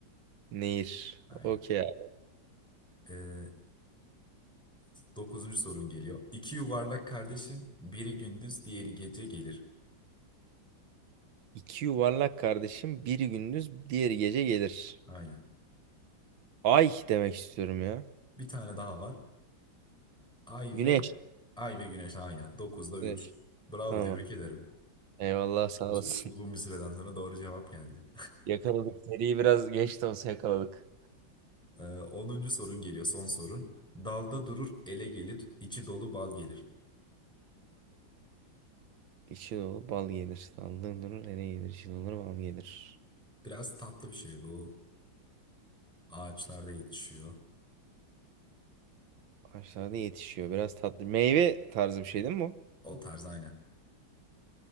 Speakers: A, on the right; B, in the centre.
A: Nehir.
B: Aynen.
A: Okey abi.
B: Ee, dokuzuncu sorun geliyor. İki yuvarlak kardeşim, biri gündüz, diğeri gece gelir.
A: İki yuvarlak kardeşim biri gündüz diğeri gece gelir.
B: Aynen.
A: Ay demek istiyorum ya.
B: Bir tane daha var. Ay
A: Güneş.
B: ve Ay ve Güneş aynen. Dokuzda üç.
A: Güneş.
B: Bravo,
A: Tamam.
B: tebrik ederim.
A: Eyvallah sağ
B: Uzun,
A: olasın.
B: uzun bir süreden sonra doğru cevap geldi.
A: <laughs> Yakaladık. Seriyi biraz geç de olsa yakaladık.
B: Ee, 10. sorun geliyor, son sorun. Dalda durur, ele gelir, içi dolu bal gelir.
A: İçi dolu bal gelir. Sallığın durur ene gelir. İçi dolu bal gelir.
B: Biraz tatlı bir şey bu. Ağaçlarda yetişiyor.
A: Ağaçlarda yetişiyor. Biraz tatlı. Meyve tarzı bir şey değil mi bu?
B: O tarz aynen.